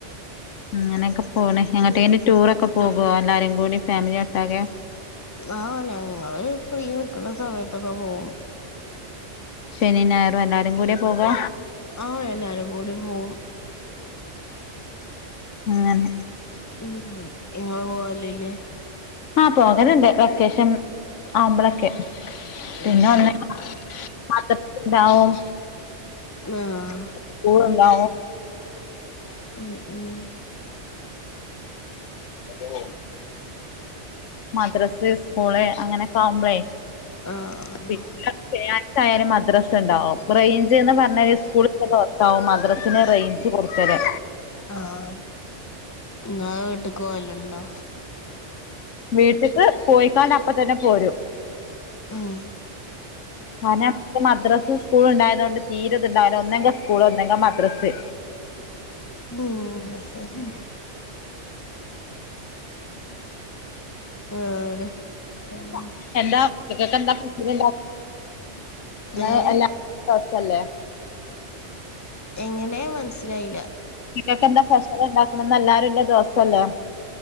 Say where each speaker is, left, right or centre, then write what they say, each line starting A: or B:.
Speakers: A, on the left; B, on the left.
A: ഇങ്ങനെയൊക്കെ പോണ് എങ്ങട്ടേല് ടൂറൊക്കെ പോകോ എല്ലാരും കൂടി ഫാമിലിഒട്ടാകെ
B: ആഹ് ഞങ്ങള് ഫ്രീ നിക്ക്ണ സമയത്തൊക്കെ പോകും
A: ശനിം ഞായറും എല്ലാരും കൂട്യാ പോകാ
B: ആഹ് എല്ലാരും കൂടി പോകും
A: ഇങ്ങനേ
B: ഉം ഉം ഞങ്ങള് പോവേല്
A: ആഹ് പോകല്ണ്ട് വെക്കേഷൻ ആവുമ്പളൊക്കെ പിന്നെ
B: ആഹ് ശരി
A: ഒന്ന് മദ്രസ്‌ ഉണ്ടാവും
B: ആഹ്
A: സ്കൂൾ ഉണ്ടാകും
B: ഉം ഉം
A: ഹലോ മദ്രസ് സ്കൂള് അങ്ങനൊക്കെ ആവുമ്പളെ
B: ആഹ് ആഹ്
A: പിന്നെ ശനിയാഴ്ച ആയാലും മദ്രസ് ഉണ്ടാവും റേഞ്ച് എന്ന് പറഞ്ഞാല് സ്കൂളിൽ ഇല്ലാത്ത ദിവസം ആകും മദ്രസിന് റേഞ്ച് കൊടുക്കലെ
B: ആഹ് ഇങ്ങ വീട്ട്ക്ക് പോകല്ണ്ടോ
A: വീട്ട്ക്ക് പോയിക്കാണ്ട് അപ്പ തന്നെ പോരും
B: ഉം
A: കാരണം ഇപ്പം മദ്രസും സ്കൂളും ഉണ്ടായതോണ്ട് തീരെ ഇത്ണ്ടാവൂല്ല ഒന്നെങ്കി സ്കൂള് ഒന്നെങ്കി മ ദ്രസ്
B: ഉം ന്നാ സരി വേറെ ഉം
A: എന്താ എന്താ ഉണ്ടാക്കുന്നത് ഇന്ന്
B: ഏഹ്
A: ഇല്ലാത്ത ദിവസമല്ലേ
B: എങ്ങനെ മനസ്സിലായില്ല
A: <unintelligible> ക്കെന്താ ഫെസലുണ്ടാകുന്നെ ഇന്ന് എല്ലാരുല്ലേ ദിവസല്ലേ